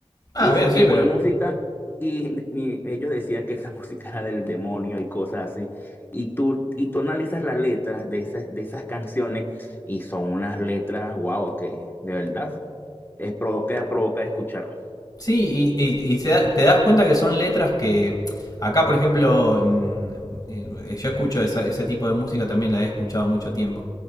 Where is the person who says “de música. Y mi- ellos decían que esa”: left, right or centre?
Left